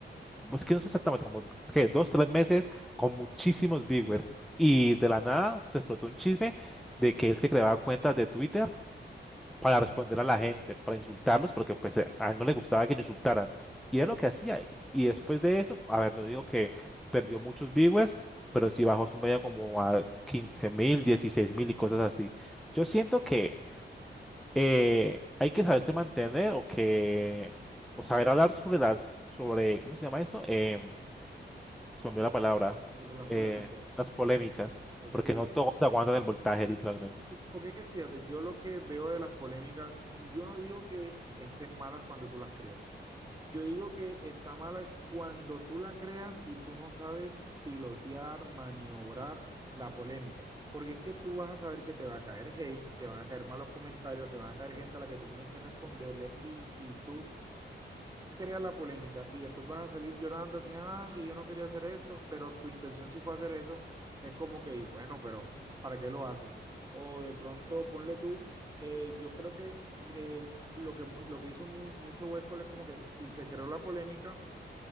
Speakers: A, in the centre; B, on the right.
A: Pues que no sé exactamente, como que dos, tres meses con muchísimos viewers. Y de la nada se explotó un chisme de que él se creaba cuentas de Twitter para responder a la gente, para insultarlos, porque pues eh, a él no le gustaba que lo insultaran. Y era lo que hacía. Y después de eso, a ver, no digo que perdió muchos viewers, pero sí bajó su media como a quince mil, dieciséis mil y cosas así. Yo siento que eh, hay que saberse mantener o que, o saber hablar sobre las, sobre, ¿cómo se llama esto? Em, se me olvidó la palabra,
B: sobre las
A: eh,
B: polémicas.
A: las polémicas,
B: ok.
A: porque no todos aguantan el voltaje, literalmente.
B: Sí, porque que fíjate, yo lo que veo de las polémicas, yo no digo que estén malas cuando tú las creas. Yo digo que está mala es cuando tú la creas y tú no sabes pilotear, maniobrar la polémica. Porque es que tú vas a saber que te va a caer hate, te van a caer malos comentarios, te van a caer gente a la que tú tienes que responderle. Y si tú crea la polémica y después vas a salir llorando que, ah, que yo no quería hacer esto, pero tu intención sí fue hacer eso, es como que, y bueno, pero ¿para qué lo haces? O de pronto, ponle tú, eh, yo creo que eh, lo que, muy- lo que hizo muy, mucho Huescol es como que si se creó la polémica,